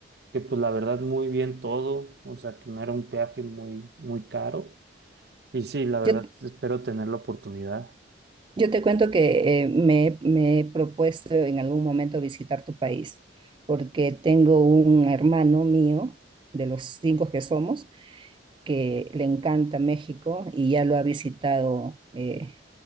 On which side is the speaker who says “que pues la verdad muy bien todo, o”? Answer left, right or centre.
Right